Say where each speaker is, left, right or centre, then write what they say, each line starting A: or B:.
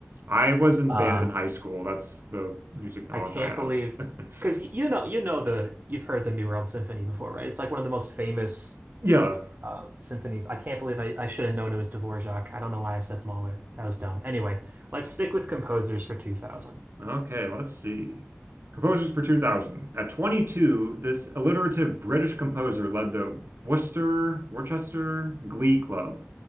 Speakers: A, on the right (about 60°); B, on the right (about 45°).
A: I was in
B: Uh.
A: band in high school. That's the music knowledge
B: I can't
A: I
B: believe
A: have. <laughs>
B: because you know you know the you've heard the New World Symphony before, right? It's like one of the most famous
A: Yeah.
B: uh, symphonies. I can't believe I, I should have known it was Dvorak. I don't know why I said Mahler. That was dumb. Anyway, let's stick with composers for 2000.
A: Okay, let's see. Composers for 2000. At 22, this alliterative British composer led the Worcester, Worcester Glee Club.